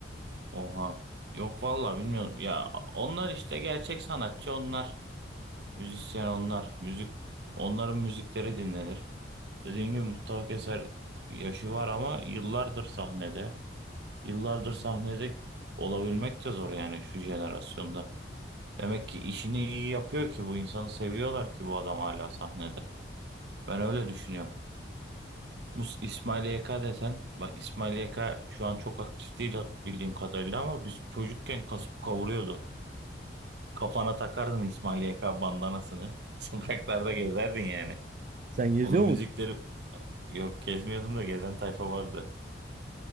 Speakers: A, on the right; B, on the right.
A: Oha. Yok valla bilmiyorum. Ya onlar işte gerçek sanatçı onlar. Müzisyen onlar. Müzik onların müzikleri dinlenir. Dediğim gibi Mustafa Keser yaşı var ama yıllardır sahnede. Yıllardır sahnede olabilmek de zor yani şu jenerasyonda. Demek ki işini iyi yapıyor ki bu insanı seviyorlar ki bu adam hala sahnede. Ben öyle düşünüyorum. Mus İsmail YK desen, bak İsmail YK şu an çok aktif değil hat- bildiğim kadarıyla ama biz çocukken kasıp kavuruyordu. Kafana takardın İsmail YK bandanasını. <laughs> Sokaklarda gezerdin yani.
B: Sen geziyor
A: Onun müzikleri
B: musun?
A: yok gezmiyordum da gezen tayfa vardı.